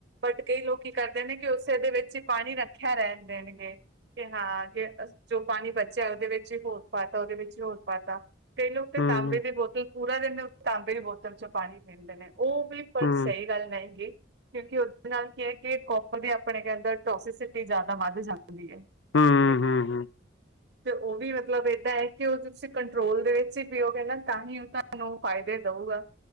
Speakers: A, on the right; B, on the left.
A: ਬਟ ਕਈ ਲੋਕ ਕੀ ਕਰਦੇ ਨੇ ਕਿ ਉਸੇ ਦੇ ਵਿੱਚ ਹੀ ਪਾਣੀ ਰੱਖਿਆ ਰਹਿਣ ਦੇਣਗੇ। ਕਿ ਹਾਂ ਕਿ ਜੋ ਪਾਣੀ ਬਚਿਆ ਉਹਦੇ ਵਿੱਚ ਹੋਰ ਪਾਤਾ ਉਹਦੇ ਵਿੱਚ ਹੋਰ ਪਾਤਾ ਕਈ ਲੋਕ ਤੇ
B: ਹੂੰ,
A: ਤਾਂਬੇ ਦੀ ਬੋਤਲ ਚ ਪੂਰਾ ਦਿਨ ਤਾਂਬੇ ਦੀ ਬੋਤਲ ਚੋਂ ਪਾਣੀ ਪੀਂਦੇ ਨੇ, ਉਹ ਵੀ ਪਰ
B: ਹੂੰ,
A: ਸਹੀ
B: ਹੂੰ,
A: ਗੱਲ ਨਹੀਂਗੀ ਕਿਉਂਕਿ ਉਹਦੇ ਨਾਲ ਕੀ ਹੈ, ਕਿ ਕੋਪਰ ਦੀ ਆਪਣੇ ਕ ਟੋਸੀਸਿਟੀ ਜਿਆਦਾ ਵੱਧ ਜਾਂਦੀ ਏ। <inaudible>
B: ਹੂੰ,
A: ਤੇ
B: ਹੂੰ
A: <inaudible> ਤੇ ਉਹ ਵੀ ਮਤਲਬ ਏਦਾਂ ਹੈ, ਕਿ ਉ ਤੁਸੀਂ ਕੰਟਰੋਲ ਦੇ ਵਿੱਚ ਹੀ ਪੀਓਗੇ ਨਾ ਤਾਂ ਹੀ ਤੁਹਾਨੂੰ ਫਾਇਦੇ ਦਊਗਾ।